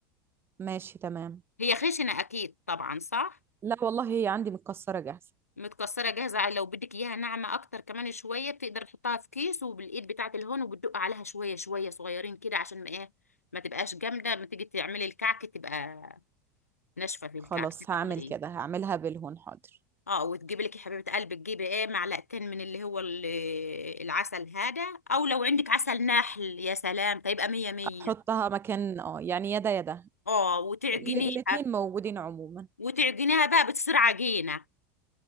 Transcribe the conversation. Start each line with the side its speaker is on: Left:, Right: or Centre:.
Right: ماشي تمام
Left: هي خشنه اكيد طبعا صح
Right: لا والله هي عندي متكسرة جاهزة
Left: متكسره جاهزه لو بدك اياها ناعمه اكتر كمان شويه بتقدر تحطها في كيس وبالايد بتاعه الهون وبتدق عليها شويه شويه صغيرين كده عشان ما ايه ما تبقاش جامده ما تيجي تعملي الكعك تبقى ناشفه في الكعك
Right: خلاص
Left: تبقى
Right: هعمل
Left: طريه
Right: كده هعملها بالهون حاضر
Left: اه وتجيبي لك يا حبيبه قلبي تجيبي ايه معلقتين من اللي هو ال- العسل هذا او لو عندك عسل نحل يا سلام فيبقى مية مية
Right: احطها مكان اه يعني يدا يدا
Left: اه وتعجنيها
Right: ال- الاتنين موجودين عموما
Left: وتعجنيها بقى بتصير عجينه